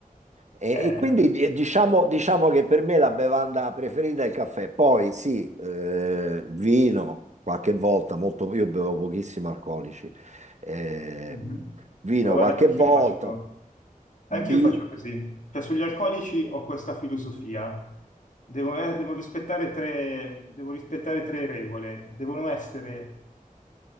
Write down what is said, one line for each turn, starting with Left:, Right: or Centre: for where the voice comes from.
Right: E,
Left: eh,
Right: e quindi eh, diciamo, diciamo che per me la bevanda preferita è il caffè, poi sì, eh, vino qualche volta, molto, io bevo pochissimi alcolici, ehm,
Left: Mhm.
Right: vino
Left: Eh, guarda,
Right: qualche
Left: anch'io
Right: volta,
Left: faccio, anch'io
Right: birra.
Left: faccio così. Cioè, sugli alcolici ho questa filosofia. Devo, eh, devo rispettare tre, devo rispettare tre regole. Devono essere